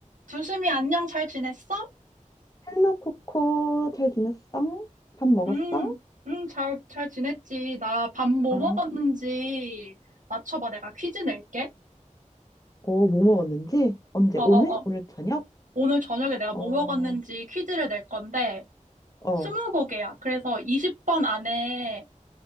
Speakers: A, on the right; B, on the left.
A: 두심이 안녕, 잘 지냈어?
B: 헬로 코코 잘 지냈어? 밥 먹었어?
A: 응, 응, 잘, 잘 지냈지. 나 밥 뭐
B: 아,
A: 먹었는지 맞춰봐. 내가 퀴즈 낼게.
B: 어, 뭐 먹었는지? 언제?
A: 어, 어,
B: 오늘?
A: 어.
B: 오늘 저녁?
A: 오늘 저녁에 내가
B: 어,
A: 뭐 먹었는지 퀴즈를 낼 건데,
B: 어,
A: 스무 곡이야. 그래서 20번 안에,